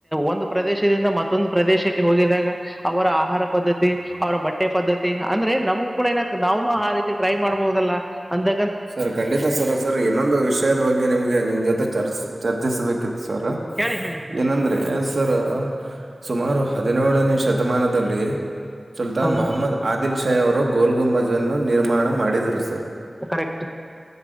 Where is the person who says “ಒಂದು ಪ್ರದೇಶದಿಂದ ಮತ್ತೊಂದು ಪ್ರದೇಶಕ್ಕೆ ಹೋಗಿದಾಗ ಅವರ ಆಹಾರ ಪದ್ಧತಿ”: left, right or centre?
Centre